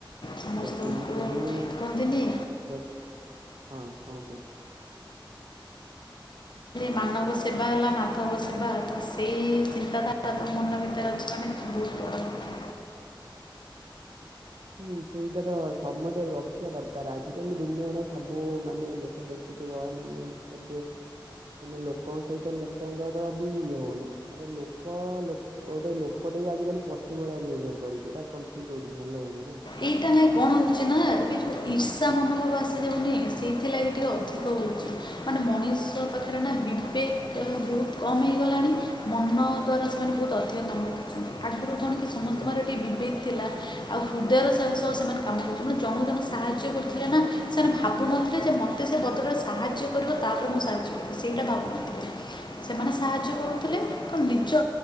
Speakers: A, on the left; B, on the right.
A: ସମସ୍ତଙ୍କୁ
B: ଜଦି ବି ସେମିତି
A: କୁହନ୍ତିନି
B: ଦେ ହଁ କଣ କୁହ?
A: ମାନବ ସେବା ହେଲା ମାଧବ ସେବା ତ ସେଇ ଚିନ୍ତାଧାରା ତ ମନ ଭିତରେ ଅଛି। ତା ମାନେ ବହୁତୁ ବଡ଼ କଥା।
B: ହୁଁ ସେଇଟା ତ ସମସ୍ତ ରଖିବା ଦରକାର ଆଜିିକାଲି ଦୁନିଆରେ ସବୁ ମାନେ ଲୋକ ଦେଖ ଖିଥିବ ମାନେ ଏବେ ମାନେ ଲୋକଙ୍କ ସହିତ ଲୋକଙ୍କର ବି ଇଏ ହଉନି ଆରେ ଲୋକ ଲୋ ଗୋଟେ ଲୋକଟେ ଆଜିିକାଲି ପଶୁ ଭଳିଆ ବି ବ୍ୟବହାର କରୁଛି ଏଇଟା କଣ ଠିକ ହଉଛି ଭଲ ହଉନି ନା?
A: ଏଇଟା ନାଇଁ କଣ ହଉଛି ନା ଏବେ ଯେଉଁ ଇର୍ଷା ମନୋଭାବ ଆସି ଯାଉନି ସେଇଥିଲାଗି ଟିକିଏ ଅଧିକ ହଉଛି। ମାନେ ମଣିଷ ପାଖରେ ନା ବିବେକ ବହୁତ କମ୍ ହେଇଗଲାଣି ମନ ଦ୍ଵାରା ସେମାନେ ବହୁତ ଅ ଏବେ କାମ କରୁଛନ୍ତି ଆଗରୁ କଣ କି ସମସ୍ତଙ୍କର
B: ହଁ
A: ଟିକେ ବିବେକ ଥିଲା ଆଉ ହୃଦୟର ସ ସହ ସେମାନେ କାମ କରୁଛନ୍ତି ତୁ ଜଣ ଜଣେ ସାହାଯ୍ୟ କରିଥିଲେ ନା ସେମାନେ ଭାବୁନଥିଲେ ଯେ ମ ମୋତେ ସେ ବଦଳରେ ସାହାଯ୍ୟ କରିବ ତ ପରେ ମୁଁ ସାହାଯ୍ୟ କରିବି ସେଇଟା ଭାବୁନଥିଲେ। ସେମାନେ ସାହାଯ୍ୟ କରୁଥିଲେ ତ ନିଜ